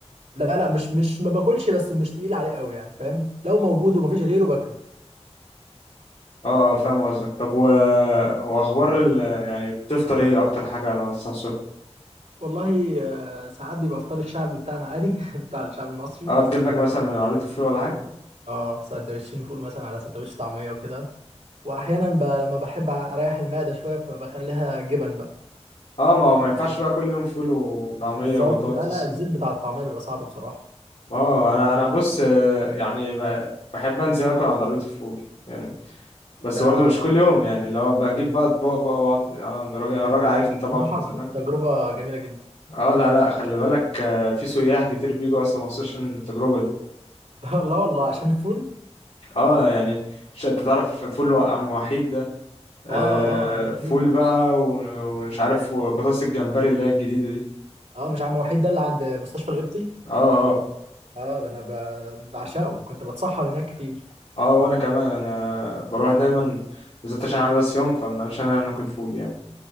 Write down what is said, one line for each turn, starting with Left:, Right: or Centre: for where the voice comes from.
Right: لا لا مش مش ما باكلش بس مش تقيل عليه قوي يعني فاهم لو موجود ومفيش غيره باكله
Left: اه اه فاهم قصدك طب و... واخبار ال... يعني بتفطر ايه اكتر حاجه لما تصحى الصبح
Right: والله آه، ساعات بيبقى فطار الشعبي بتاعنا عادي <laughs> بتاع الشعب المصري
Left: اه تجيب لك مثلا من عربيه الفول ولا حاجه
Right: اه سندوتشين فول مثلا على سندوتش طعميه وكده واحيانا بقى لما بحب ع- اريح المعده شويه فبخليها جبن بقى
Left: اه ما هو ما ينفعش بقى كل يوم فول وطعميه
Right: بالظبط
Left: وبطاطس
Right: لا لا الزيت بتاع الطعميه بيبقى صعب بصراحه
Left: اه انا انا بص آه، يعني ب... بحب انزل اكل عند عربيه الفول يعني بس
Right: ده
Left: برضه مش كل يوم يعني لو بجيب بقى اطباق بقى واقعد آه، عند الراجل الراجل عارفني طبعا
Right: بصراحه
Left: من
Right: بتبقى
Left: زمان
Right: تجربه جميله جدا
Left: اه لا لا خلي بالك آه، في سياح كتير بيجوا اصلا مخصوص عشان التجربه دي
Right: <laughs> لا والله عشان الفول
Left: اه يعني مش انت تعرف فول عم وحيد ده آه
Right: اه اه عم وحيد
Left: فول بقى و- ومش عارف وبطاطس الجمبري اللي هي الجديدة دي
Right: اه مش عم وحيد ده اللي عند مستشفى القبطي
Left: اه اه
Right: اه ده انا ب- بعشقه كنت بتسحر هناك كتير
Left: اه وانا كمان انا بروح دايما بالذات عشان انا صيام فمنعرفش انا ناكل فول يعني